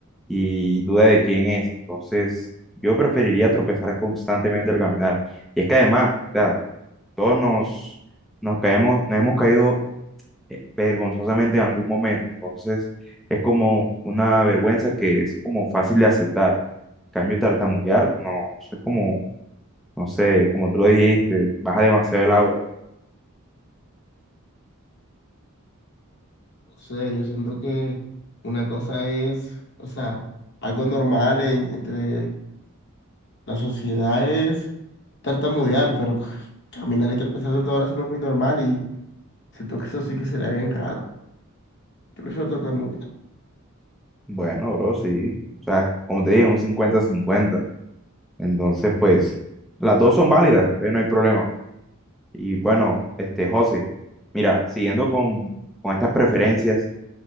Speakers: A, in the centre; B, on the left (about 55°).
A: y duda de quién es. Entonces, yo preferiría tropezar constantemente al caminar. Y es que además, o sea, todos nos, nos caemos, nos hemos caído eh, vergonzosamente en algún momento. Entonces, es como una vergüenza que es como fácil de aceptar. En cambio, tartamudear, no, eso es como, no sé, como tú lo dijiste, baja demasiado el aura.
B: No sé, yo siento que una cosa es, o sea, algo normal en- entre las sociedades tartamudear, pero <sighs> <laughs> caminar y tropezar de todas horas no es muy normal y siento que eso sí que sería bien raro. Yo prefiero tartamudear.
A: Bueno, bro, sí. O sea, como te dije, un cincuenta-cincuenta Entonces, pues, las dos son válidas, entonces no hay problema. Y bueno, este José, mira, siguiendo con, con estas preferencias,